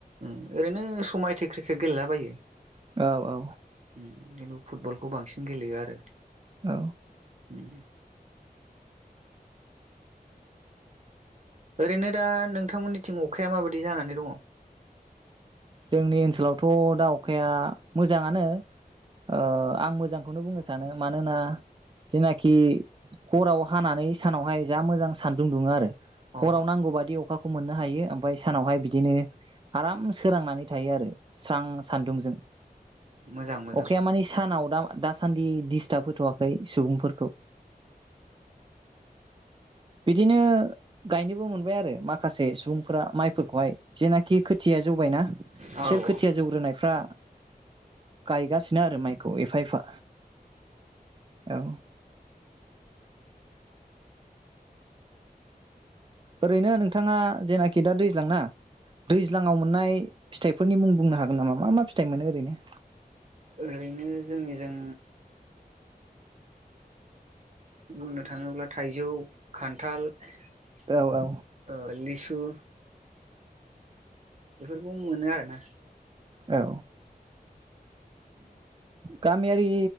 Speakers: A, on the right; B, on the right.
A: उम ओरैनो समायथे क्रिकेट गेलेलाबायो। उम
B: औ औ
A: बेेन फुटबलखौ बांसिन गेलेयो आरो।
B: औ
A: उम। ओरैनो दा नोंथांमोननिथिं अखाया माबायदि जानानै दङ?
B: जोंनि ओनसोलावथ' दा अखाया मोजांङानो ओ आं मोजांखौनो बुंनो सानो मानोना जेनाखि हराव हानानै सानावहाय जा मोजां सान्दुं दुङो आरो। हराव
A: अ
B: नांगौ बादि अखाखौ मोननो हायो ओमफाय सानावहाय बिदिनो आराम सोरांनानै थायो आरो स्रां सान्दुंजों।
A: मोजां मोजां
B: अखाया माने सानाव दा दासान्दि दिडिस्टाब होथ'वाखै सुबुंफोरखौ। बिदिनो गायनोबो मोनबाय आरो माखासे सुबुंफोरा माइफोरखौहाय जेनाखि खोथिया जौबायना।
A: औ
B: बिसोर
A: औ
B: खोथिया जौग्रोनायफ्रा गायगासिनो आरो माइखौ एफा एफा औ। ओरैनो नोंथाङा जेनाखि दा दैज्लां ना दैज्लांङाव मोननाय फिथाइफोरनि मुं बुंनो हागोन नामा मा मा फिथाइ मोनो ओरैनो?
A: ओरैनो जोंनिजों बुंनो थाङोब्ला थाइजौ, खान्थाल ओ
B: औ औ
A: लिसु बेफोरखौ मोनो आरोना।
B: औ
A: उ
B: गामियारि